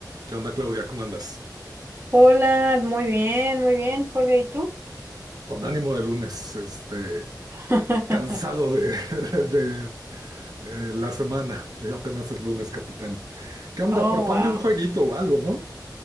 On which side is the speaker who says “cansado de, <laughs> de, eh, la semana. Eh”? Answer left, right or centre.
Right